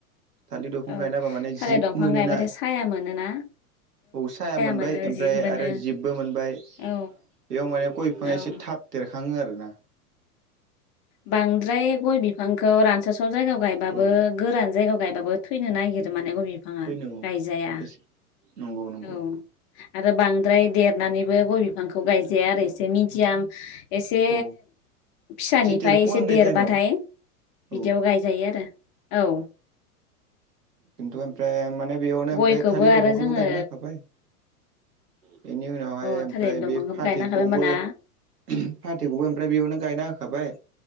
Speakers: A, on the right (about 80°); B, on the left (about 30°).
A: थालिद दंफां
B: औ
A: गायनाबा माने
B: थालिर
A: जिब
B: दंफां
A: मोनो
B: गायबाथाय
A: ना
B: साया मोनोना
A: औ साया मोनबाय
B: मोनो
A: आमफ्राय
B: जिब मोनो
A: आरो जिबबो मोनबाय बेआव
B: औ
A: माने गय बिफांआ
B: औ
A: एसे थाब देरखाङो आरोना
B: बांद्राय गय बिफांखौ रानसाव साव जायगायाव गायबाबो
A: औ
B: गोरान जायगायाव गायबाबो थैनो नागिरो माने गय बिफांआ
A: थैनो औ
B: गायजाया
A: नंगौ नंगौ
B: औ आरो बांद्राय देरनानैबो गय बिफांखौ गायजाया आरो एसे मिदियाम एसे
A: औ
B: फिसानिफाय
A: देरफुहांनाय
B: एसे देरबाथाय
A: टाइमाव
B: बिदिआव
A: औ
B: गायजा जायो आरो औ
A: खिन्थु आमफ्राय माने बेआवनो ओमफ्राय
B: गयखौबो
A: थालिद दंफांखौबो
B: आरो जोङो
A: गायना थाबाय बेनि उनावहाय
B: अ
A: आमफ्राय
B: थालिर दंफांखौबो
A: बे फाथैखौबो
B: गायनो हाखाबाय होमबाना
A: ओम फाथैखौबो आमफ्राय बेआवनो गायना होखाबाय